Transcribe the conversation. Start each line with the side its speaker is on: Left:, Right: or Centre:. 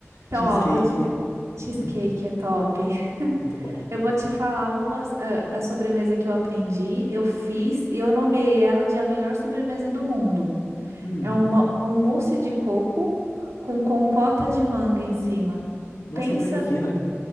Right: Então,
Left: Cheesecake.
Right: ó, vou te... Cheesecake
Left: Hum,
Right: é top. <laughs>
Left: muito bom.
Right: Eu vou te falar uma, a, a sobremesa que eu aprendi, eu fiz e eu nomeei ela de a melhor sobremesa do mundo.
Left: Hum,
Right: É uma, um mousse de coco com compota de manga em cima.
Left: nossa,
Right: Pensa
Left: que coisa fina.